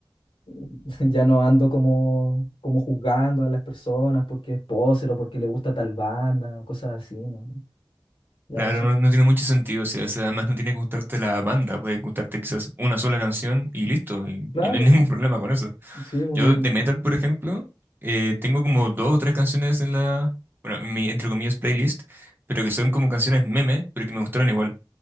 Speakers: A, on the left; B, on the right.
A: <laughs> Ya no ando como, como juzgando a las personas porque es poser o porque le gusta tal banda, cosas así, ¿no? Ya
B: Claro,
A: eso.
B: no, no tiene mucho sentido, o sea, o sea, además no tiene que gustarte la banda, puede gustarte quizás una sola canción y listo, y,
A: Claro,
B: y no hay <laughs> ningún problema con eso.
A: sí, no
B: Yo
A: hay ningún
B: de
A: problema.
B: metal, por ejemplo, eh, tengo como dos o tres canciones en la, bueno, en mi, entre comillas, playlist, pero que son como canciones meme, pero que me gustaron igual,